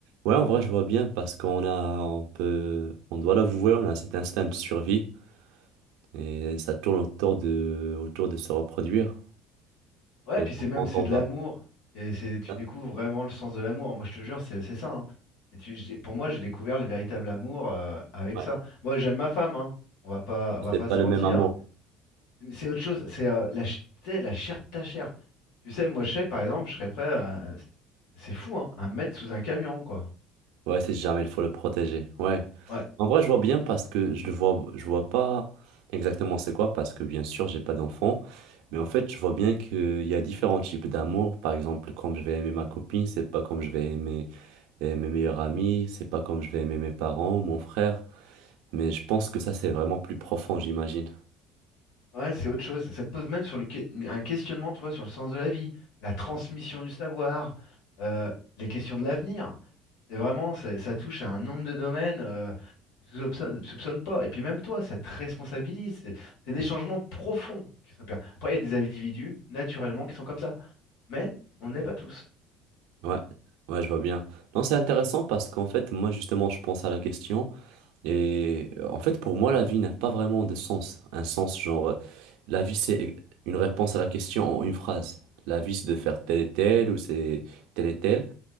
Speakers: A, on the right (about 80°); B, on the left (about 85°).
A: Ouais, en vrai, je vois bien parce qu'on a, on peut, on doit l'avouer, on a cet instinct de survie et ça tourne autour de, autour de se reproduire.
B: Ouais,
A: Et
B: puis c'est
A: donc,
B: même
A: quand
B: c'est
A: on
B: de
A: va,
B: l'amour. Et c'est tu
A: hein,
B: découvres vraiment le sens de l'amour. Moi, je te jure, c'est c'est ça. hein. Et tu- j'ai- pour moi, j'ai découvert le véritable amour euh, avec
A: ouais,
B: ça. Moi, j'aime ma femme. Hein. On va pas, on
A: c'est
B: va pas
A: pas
B: se
A: le
B: mentir.
A: même amour.
B: Mais C'est autre chose. C'est euh, la, ch- tu sais, la chair de ta chair. Tu sais, moi, je sais, par exemple, je serais prêt. à- C'est fou, hein, à me mettre sous un camion, quoi.
A: Ouais, si jamais il faut le protéger. Ouais.
B: Ouais.
A: En vrai, je vois bien parce que je le vois, je vois pas exactement c'est quoi parce que bien sûr, j'ai pas d'enfant. Mais en fait, je vois bien qu'il y a différents types d'amour. Par exemple, comme je vais aimer ma copine, c'est pas comme je vais aimer euh, mes meilleurs amis, c'est pas comme je vais aimer mes parents ou mon frère. Mais je pense que ça, c'est vraiment plus profond, j'imagine.
B: Ouais, c'est autre chose. Ça te pose même sur le que- un questionnement, tu vois, sur le sens de la vie, la transmission du savoir, euh, les questions de l'avenir. C'est vraiment, ça, ça touche à un nombre de domaines euh, que tu soupçonnes, soupçonnes pas. Et puis même toi, ça te responsabilise. C'est c'est des
A: Mm.
B: changements profonds qui s'opèrent. Après, il y a des individus, naturellement, qui sont comme ça. Mais on n'est pas tous.
A: Ouais, ouais, je vois bien. Non, c'est intéressant parce qu'en fait, moi, justement, je pense à la question. Et euh, en fait, pour moi, la vie n'a pas vraiment de sens. Un sens, genre, euh, la vie, c'est une réponse à la question en une phrase. La vie, c'est de faire tel et tel, ou c'est tel et tel.